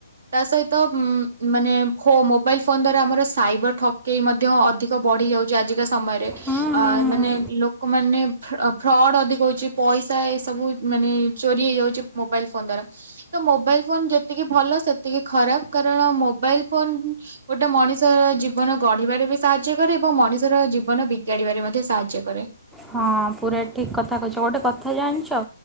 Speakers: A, on the right (about 60°); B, in the centre.
A: ତା ସହିତ ଉମ ମାନେ ଖୋ ମୋବାଇଲ ଫୋନ ଦ୍ଵାରା ଆମର ସାଇବର ଠକେଇ ମଧ୍ୟ ଅଧିକ ବଢି ଯାଉଛି ଆଜିକା ସମୟରେ।
B: ହୁଁ ହୁଁ ହୁଁ।
A: ମାନେ ଲୋକମାନେ ଫ୍ର ଫ୍ରଡ ଅଧିକ ହଉଛି। ପଇସା ଏସବୁ ମାନେ ଚୋରି ହେଇଯାଉଛି ମୋବାଇଲ ଫୋନ ଦ୍ଵାରା ତ ମୋ ବାଇଲ ଫୋନ ଯେତିକି ଭଲ ସେତିକି ଖରାପ। କାରଣ ମୋବାଇଲ ଫୋନ ଗୋଟେ ମଣିଷର ଜୀବନ ଗଢ଼ିବାରେ ବି ସାହାଯ୍ୟ କରେ ଏବଂ ମଣିଷର ଜୀବନ ବିଗାଡ଼ିବାରେ ମଧ୍ୟ ସାହାଯ୍ୟ କରେ।
B: ହଁ ପୁରା ଠିକ୍ କଥା କଇଚ। ଗୋଟେ କଥା ଜାଣଚ